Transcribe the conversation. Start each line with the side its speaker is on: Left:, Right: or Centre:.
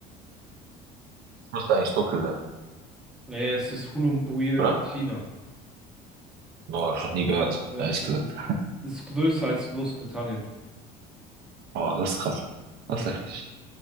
Right: Das müsste eigentlich dunkel sein,
Centre: Naja, es ist Ulaanbaatar
Right: oder?
Centre: in China.
Right: Boah, habe ich noch nie gehört,
Centre: Äh, ja,
Right: ehrlich
Centre: äh,
Right: gesagt.
Centre: Ist größer als Großbritannien.
Right: Boah, das ist krass. Das ist heftig.